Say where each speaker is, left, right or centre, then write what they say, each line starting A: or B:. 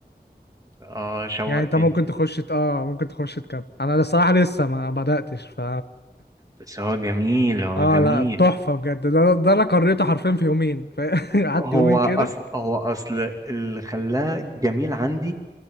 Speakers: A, on the right; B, on the left.
A: اه شوقتني
B: يعني أنت ممكن تخش ت- آه ممكن تخش تكمل أنا الصراحة لسه ما بدأتش ف
A: بس هو جميل هو
B: اه
A: جميل
B: لا تحفة بجد ده ده ده انا قريته حرفيا في يومين ف- <laughs> قعدت
A: هو
B: يومين كده
A: اصل هو اصل اللي خلاه جميل عندي